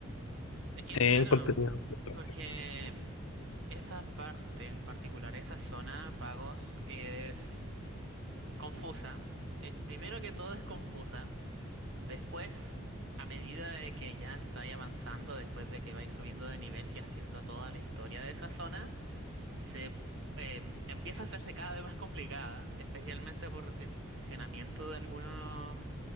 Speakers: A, on the right (about 65°); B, on the left (about 80°).
A: Es que,
B: En
A: claro.
B: contenido frustrante.
A: Porque mm, esa parte en particular, esa zona de pagos, es confusa. Eh, primero que todo es confusa. Después, a medida de que ya estáis avanzando, después de que vais subiendo de nivel y haciendo toda la historia de esa zona, se em, empieza a hacerse cada vez más complicada, especialmente por el posicionamiento de algunos